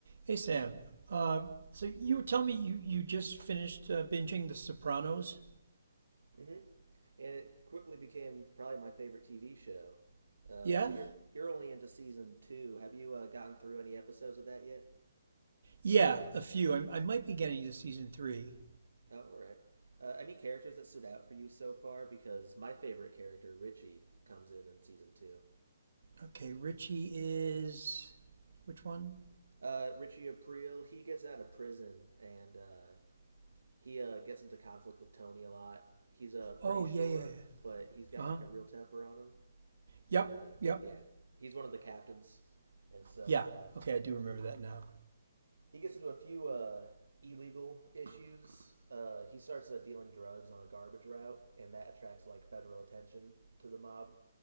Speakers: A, on the right (about 70°); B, on the right (about 85°).
A: Hey, Sam. Uh, so you were telling me you, you just finished uh, binging The Sopranos?
B: hmm And it quickly became probably my favorite TV show. Uh,
A: Yeah?
B: so you're you're only into season two. Have you uh, gotten through any episodes of that yet?
A: Yeah, a few. I, I might be getting to season three.
B: Oh, all right. Uh, any characters that stood out for you so far? Because my favorite character, Richie, comes in in season two.
A: Okay, Richie is. Which one?
B: Uh, Richie Aprile, he gets out of prison and uh, he uh, gets into conflict with Tony a lot. He's uh, pretty
A: Oh,
B: short,
A: yeah, yeah, yeah.
B: but he's got
A: Uh-huh.
B: like a real temper on him.
A: Yep,
B: And uh,
A: yep.
B: yeah, he's one of the captains. And so
A: Yeah.
B: uh,
A: Okay, I do remember that now.
B: He gets into a few uh, illegal issues. Uh, he starts uh, dealing drugs on a garbage route, and that attracts like federal attention to the mob,